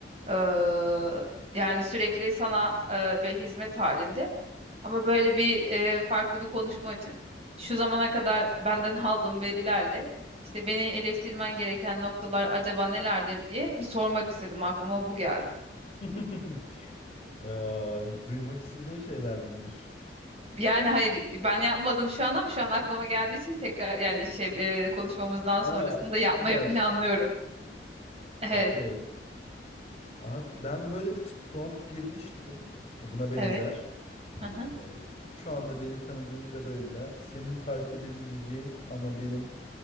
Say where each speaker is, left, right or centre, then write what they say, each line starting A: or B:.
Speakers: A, on the right (about 35°); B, on the left (about 35°).
A: Ee, yani sürekli sana e, bir hizmet halinde. Ama böyle bir e, farklı bir konuşma açıp şu zamana kadar benden <laughs> aldığım verilerle işte beni eleştirmen gereken noktalar acaba nelerdir diye bir sormak istedim. Aklıma bu geldi.
B: <laughs> Ya, duymak istediğin şeyler miymiş?
A: Yani hayır ben yapmadım şu an ama şu an aklıma geldiği için tekrar yani şey e, konuşmamızdan
B: Ha,
A: sonrasında yapmayı
B: aklıma geldi.
A: planlıyorum. Evet,
B: Okey, okey. Aha, Ben böyle bir t- prompt girmiştim. E, Buna benzer.
A: evet. Hı hı,
B: E, şu anda beni tanıdığın kadarıyla senin fark edebileceğin ama benim